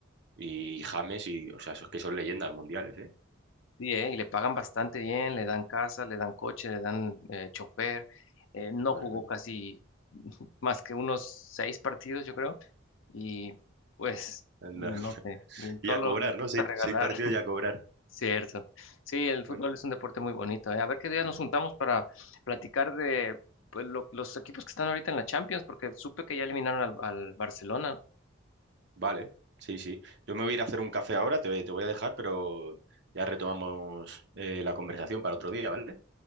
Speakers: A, on the right (about 55°); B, on the left (about 70°).
A: y James, y, o sea, esos que son leyendas mundiales, ¿eh?
B: Sí, eh, y le pagan bastante bien, le dan casa, le dan coche, le dan eh, chofer. Eh, no
A: Madre
B: jugó
A: mía.
B: casi <laughs> más que unos seis partidos, yo creo. Y pues,
A: Anda.
B: no
A: <laughs>
B: sé,
A: Y
B: solo
A: a cobrar,
B: les gusta
A: ¿no? Seis,
B: regalar.
A: seis partidos
B: <laughs>
A: y a cobrar.
B: Cierto. Sí, el fútbol
A: Bueno,
B: es un deporte muy bonito. eh. A ver qué día
A: mm,
B: nos juntamos para platicar de pues, lo- los equipos que están ahorita en la Champions, porque supe que ya eliminaron al, al Barcelona.
A: vale, sí, sí. Yo me voy a ir a hacer un café ahora, te, te voy a dejar, pero ya retomamos eh, la conversación para otro día, ¿vale?